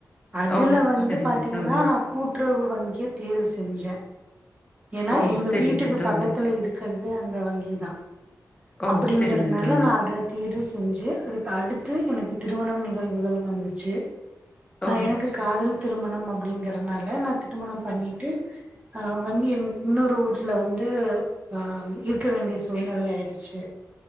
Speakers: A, on the right; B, on the left.
A: அதுல
B: ஓ!
A: வந்து
B: சரிங்க
A: பாத்தீங்கன்னா
B: தோழி.
A: நா கூட்டுறவு வங்கிய தேர்வு செஞ்ச ஏன்னா
B: ஓ!
A: எங்க
B: சரிங்க
A: வீட்க்கு
B: தோழி.
A: பக்கத்துல இருக்கறது அந்த வங்கி தா
B: ஓ!
A: அப்டிங்கிறதுனால
B: சரிங்க தோழி.
A: நா அதுல தேர்வு செஞ்சி அதுக்கு அடுத்து எனக்கு திருமணம் நிகழ்வுகள் வந்துச்சி நா
B: ஓ!
A: எனக்கு காதல் திருமணம் அப்டிங்கறனால நா திருமணம் பண்ணிட்டு ஆ வண்டி எண் இன்னொரு ஊர்ல வந்து அ இருக்க வேண்டிய சூழ்நிலையா ஆயிடுச்சி